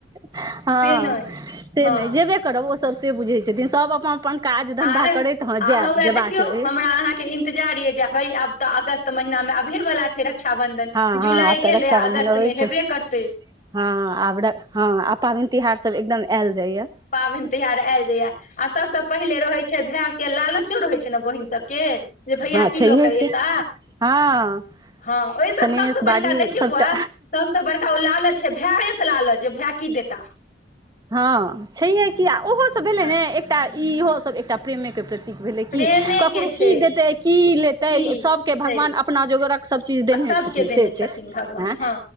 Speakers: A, on the right (about 20°); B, on the left (about 45°).
A: हँ
B: से नहि
A: से
B: हँ
A: नहि जेबे करब ओ सब से बुझै छथिन सभ अपन अपन काज धन्धा
B: आर आ
A: करैत हँ जायब
B: ह
A: जेबाक
B: देखियौ
A: अइ
B: हमरा अहाँ के इन्तजार य जे भइ आब तऽ अगस्त महिनामे अबेवला छै रक्षाबंधन
A: हँ हँ
B: जुलाई
A: आब तऽ
B: गेलै
A: रक्षाबन्धन
B: अगस्त
A: अबै
B: में
A: छै
B: हेबे करतै
A: हँ आब हँ आ पाबेन तिहारसभ एकदम आयल जाइए
B: पाबनि तिहार आयल जाइया आ सबसे पहिले रहै छै भाय के लालचो रहै छै ने बहिन सबके जे भैया
A: हँ
B: की
A: छैहे
B: लऽ के
A: कि
B: एता
A: हँ
B: हँ ओहि सब
A: सनेस
B: सबसँ बड़का
A: बाड़ी
B: देखिय
A: सभटा
B: बौआ सबसँ बड़का लालच छै भाय एक लाल छै भाय की देता
A: हँ छैहे कि आ ओहो सब भेलै
B: हँ
A: ने एकटा इहोसभ एकटा प्रेमेके प्रति भेलै
B: प्रेमे
A: क ककरो
B: के छै
A: की देतै की लेतै
B: की
A: सबके
B: छै
A: भगवान अपना जोगरक सब चीज देने
B: सबके
A: छथिन
B: देने
A: से छै
B: छथिन भगवान
A: ऐ
B: हँ